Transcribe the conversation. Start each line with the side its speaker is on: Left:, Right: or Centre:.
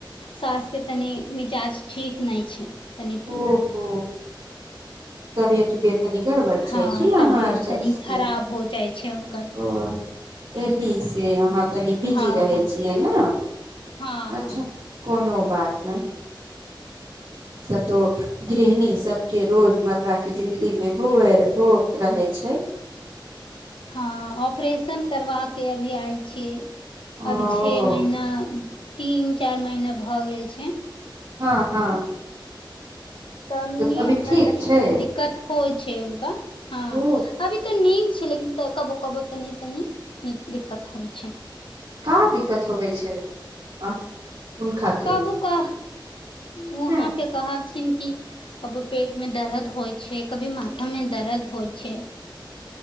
Left: सास के तनी मिजाज ठीक नहि छै तनी
Right: ओहो तबियत उबियत तनी गड़बड़ छै
Left: हँ
Right: की अहाँ
Left: तबियत
Right: सबके
Left: तनी खराब हो जाइ छै हुनकर
Right: ओ एहि से अहाँ तनि बिजी
Left: हँ
Right: रहै
Left: हँ
Right: छियै ने
Left: हँ
Right: अच्छा
Left: हँ
Right: कोनो बात नहि सभतो गृहिणी सभके रोजमर्राके जिन्दगीमे हो होइत रहै छै
Left: हँ ऑपरेशन करबाे अभी आयल छियै
Right: ओ
Left: अभी छे महिना तीन चारि महीना भऽ गेल छै
Right: हँ हँ
Left: तनी
Right: तऽ अभी
Left: अपना
Right: ठीक
Left: तनी
Right: छै
Left: तनी दिक्कत होइ छै उनका हँ
Right: ओ
Left: अभी तऽ नी छै लेकिन कबो कबो तनी तनी नीक दिक्कत होइ छै
Right: का दिक्कत होवे छै आ हुनका के
Left: कबू का वहाँके
Right: हैं
Left: कहत छन की कबो पेट में दर्द होइ छै कभी माथा में दर्द होइ छै